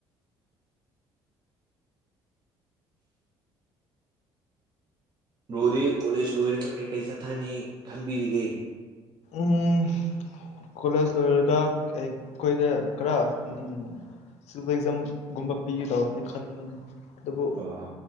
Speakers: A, on the right; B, on the left.
A: ꯕ꯭ꯔꯣꯗꯤ ꯀꯣꯂꯦꯖ ꯂꯣꯏꯔꯒ ꯀꯩꯀꯔꯤ ꯆꯠꯊꯅꯤ ꯈꯟꯕꯤꯔꯤꯒꯦ
B: ꯎꯝ ꯀꯣꯂꯦꯖ ꯂꯣꯏꯔꯒ ꯑꯩꯈꯣꯏꯗ ꯈꯔ ꯎꯝ ꯁꯤꯕꯤꯜ ꯑꯦꯛꯖꯥꯝ ꯒꯨꯝꯕ ꯄꯤꯒꯦ ꯇꯧꯕꯅꯦ ꯈꯟꯕꯅꯦ ꯑꯗꯨꯕꯨ
A: ꯑꯣ